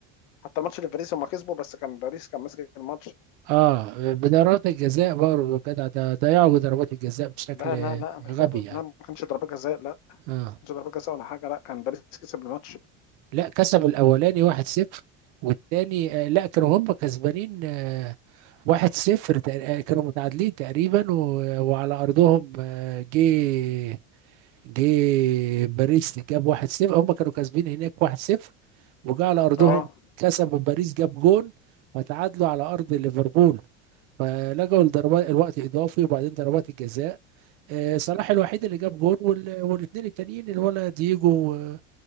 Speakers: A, on the left (about 75°); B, on the right (about 80°).
A: حتى الماتش اللي في باريس هم كسبوا بس كان باريس كان ماسك الماتش
B: اه بضربات الجزاء برضه جدع ده ضيعوا ضربات الجزاء بشكل
A: لا لا لا مش
B: غبي
A: ضربة
B: يعني
A: لا ما كانش ضربة جزاء لا ما
B: اه
A: كانش ضربة جزاء ولا حاجة لا كان باريس كسب الماتش
B: لا كسبوا الاولاني 1-0 والتاني آه لا كانوا هم كسبانين آه 1-0 تق- آه، كانوا متعادلين تقريبا و- وعلى ارضهم آه، جه جه باريس جاب 1-0 هم كانوا كاسبين هناك 1-0 وجا على ارضهم
A: اه
B: كسبوا باريس جاب جون فتعادلوا على ارض ليفربول فلجوا لضربات الوقت اضافي وبعدين ضربات الجزاء آه، صلاح الوحيد اللي جاب جون والاثنين التانيين اللي هو لا دييجو و-